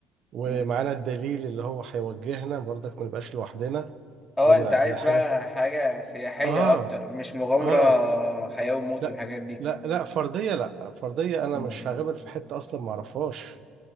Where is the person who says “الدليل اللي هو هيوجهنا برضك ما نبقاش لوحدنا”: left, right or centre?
Right